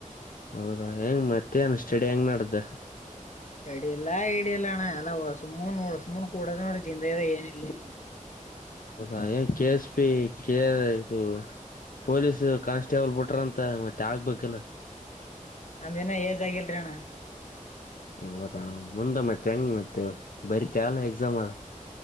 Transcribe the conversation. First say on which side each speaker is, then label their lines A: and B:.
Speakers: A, on the left (about 85°); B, on the left (about 60°).
A: ಹೌದಾ ಹೆಂಗ್ ಮತ್ತೆನ್ ಸ್ಟಡಿ ಹೆಂಗ್ ನಡ್ದ
B: ಸಡಿಲ್ಲಾ ಇಡಿಯಲ್ಲ ಅಣ್ಣ ಎಲ್ಲ ಸುಮ ಸುಮನ್ ಕೂಡೋದ ನೋಡ ಜಿಂದೆ ಇದೆ ಏನ ಇಲ್ಲಿ
A: ಹೌದ ಏನ್ ಕೆಸ್ ಪಿ ಕೆ ಇದು ಪೊಲೀಸ್ ಕಾನ್ಸ್ಟೇಬಲ್ ಬಿಟ್ರ ಅಂತ ಮತ್ತೆ ಆಗ್ಬೇಕಿಲ್ಲ
B: ನಂದ್ ಏಜ್ ಆಗಿಲ್ರಿಣ್ಣ
A: ಹೌದಾ ಮುಂದೆ ಮತ್ತೆ ಹೆಂಗ ಮತ್ತೆ ಬರಿತಲ್ ಎಕ್ಸಾಮ್ ಅಲ್